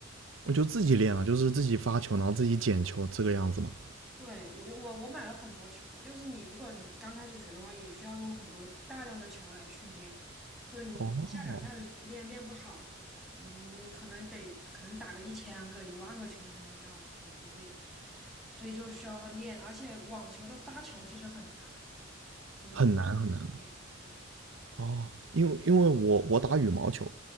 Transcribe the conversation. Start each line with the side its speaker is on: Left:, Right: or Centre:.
Right: 我就自己练啊，就是自己发球，然后自己捡球这个样子嘛，
Centre: 对，我我我买了很多球，就是你如果你刚开始学的话，也需要用很多大量的球来训练，就是你一下两下子练练不好的，
Right: 哦，
Centre: 你可能得可能打个一千个、一万个球你才能练好你的动作，所以所以就需要练，而且网球的发球其实很难，就一直练。
Right: 很难很难嘛。
Centre: 对，
Right: 哦，因为因为我我打羽毛球，